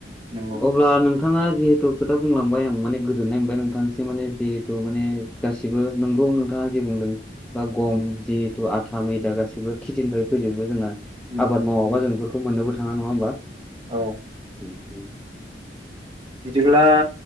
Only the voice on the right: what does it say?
नंगौ
उम
उम
उम
औ।
बिदिब्ला